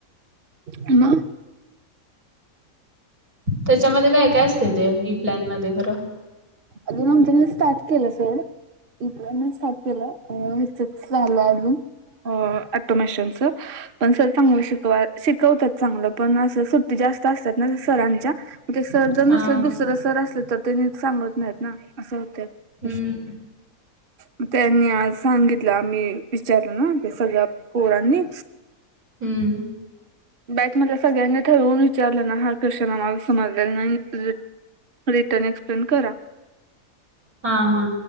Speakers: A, on the right; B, on the right.
A: म
B: त्याच्यामध्ये काय काय असतंय ते ई प्लॅन मध्ये खरं
A: अग ममतीन स्टार्ट केलं स इ प्लॅन स्टार्ट केलं हितच झालं अजून हो ऑटोमेशन च पण सर चांगलं शिक शिकवतात चांगलं पण अस सुट्टी जास्त असत्यात <unintelligible> सरांच्या मग ते सर जर
B: हा
A: नसल तर दुसर सर असलं तर ते सांगत नाहीत ना असं होतं
B: हम्म
A: विषय म त्यांनी आज सांगितलं आम्ही विचारलं ना ते सगळ्या पोरांनी
B: हम्म
A: बॅच मध्ये सगळ्यांनी ठरवून विचारलं ना हा क्वेशन आम्हाला समजलेला नाही रिटर्न एक्सप्लेन करा
B: हा हा